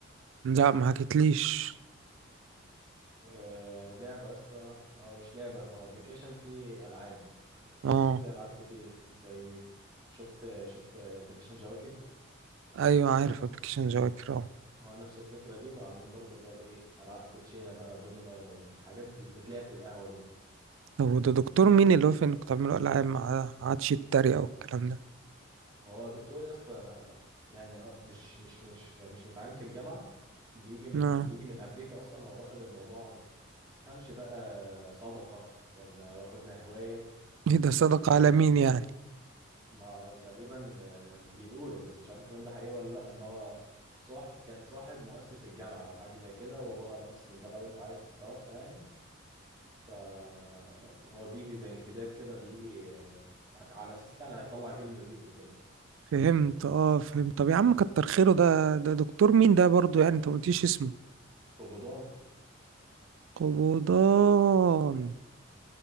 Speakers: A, on the right; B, on the right.
A: لا ما حكيتليش
B: آه، لعبة يا اسطى او مش لعبة هو ابلكيشن فيه العاب ابلكيشن
A: اه
B: فيه العاب كتير زي شفت شفت ابلكيشن جواكر
A: ايوه عارف ابلكيشن جواكر اه
B: هو نفس الفكرة دي وعاملين برضه اللي هو ايه العاب كوتشينة بقى دومينو الحاجات اللي بتتلعب في القهوة دي
A: طب وده دكتور مين اللي هو في انكم تعملوا العاب ما عادش يتريق او الكلام ده
B: هو دكتور يا اسطى آه، يعني آه، مش مش مش مش متعين في الجامعة بيجي من
A: اه
B: بيجي من امريكا اصلا هو واخد الموضوع ما تفهمش بقى صدقة ولا واخدها هواية
A: ايه ده صدق
B: ولا ايه
A: على مين يعني
B: ما تقريبا آه، بيقولوا بس مش عارف الكلام ده حقيقي ولا لا ان هو صاح كان صاحب مؤسس الجامعة او حاجة زي كده وهو مؤسس الجامعة ده انت عارف توفى يعني فهو بيجي زي انتداب كده بيجي آه، على اساس يعني هيطلع جيل نضيف وكده
A: فهمت اه فهمت طب يا عم كتر خيره ده ده دكتور مين ده برضو يعني انت ما قلتيش اسمه
B: قبضان
A: قبضان